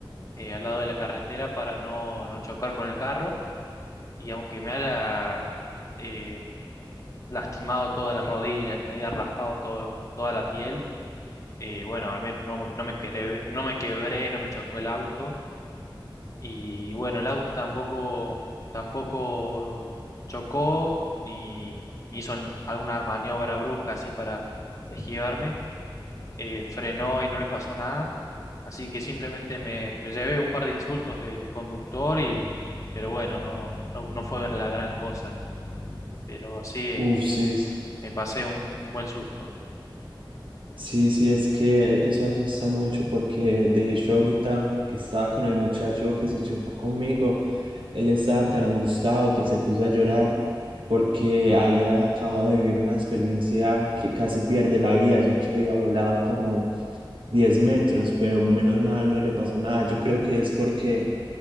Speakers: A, on the left (about 40°); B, on the right (about 70°).
A: eh, al lado de la carretera para no, no chocar con el carro. Y aunque me haya eh, lastimado todas las rodillas, me haya raspado todo, toda la piel, eh, bueno, al menos no, me- no me quebré, no me quebré, no me chocó el auto. Y bueno, el auto tampoco, tampoco chocó ni, ni hizo n- alguna maniobra brusca así para esquivarme. Eh, frenó y no le pasó nada. Así que simplemente me, me llevé un par de insultos del conductor y, pero bueno, no, no, no fue la gran cosa. Pero sí, este,
B: Uf, sí,
A: me pasé un, un buen susto.
B: Sí, sí, es que eso asusta mucho porque de hecho ahorita que estaba con el muchacho que se chocó conmigo. Él estaba tan asustado que se puso a llorar porque había acabado de vivir una experiencia que casi pierde la vida, ya que había volado como 10 metros, pero menos mal no le pasó nada. Yo creo que es porque